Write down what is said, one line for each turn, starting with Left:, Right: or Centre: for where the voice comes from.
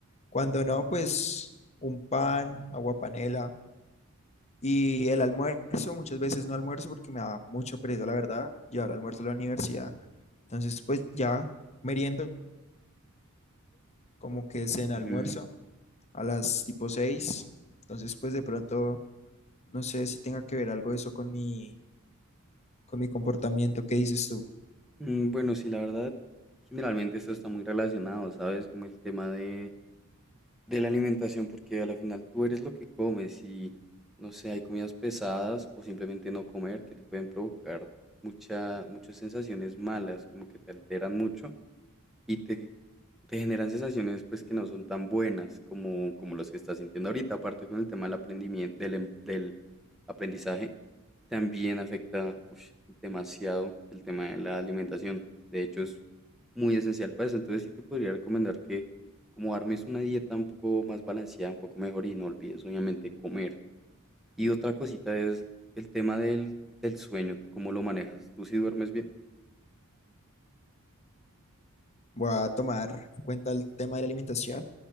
Left: Cuando no, pues un pan, agua panela. Y el almuerzo, muchas veces no almuerzo porque me da mucha pereza, la verdad, llevar almuerzo a la universidad. Entonces, pues ya meriendo como que es en almuerzo
Centre: Ujú.
Left: a las tipo seis Entonces, pues de pronto, no sé si tenga que ver algo eso con mi, con mi comportamiento. ¿Qué dices tú?
Centre: Mm, Bueno, sí, la verdad, generalmente esto está muy relacionado, ¿sabes? Como el tema de, de la alimentación, porque a la final tú eres lo que comes y, no sé, hay comidas pesadas o simplemente no comer que te pueden provocar mucha, muchas sensaciones malas, como que te alteran mucho y te te generan sensaciones pues que no son tan buenas como, como las que estás sintiendo ahorita, aparte con el tema del aprendimiento, del, em- del aprendizaje, también afecta ush, demasiado el tema de la alimentación. De hecho, es muy esencial para eso. Entonces sí te podría recomendar que como armes una dieta un poco más balanceada, un poco mejor y no olvides obviamente comer. Y otra cosita es el tema del, del sueño, ¿tú cómo lo manejas? ¿Tú sí duermes bien?
Left: Voy a tomar en cuenta el tema de la alimentación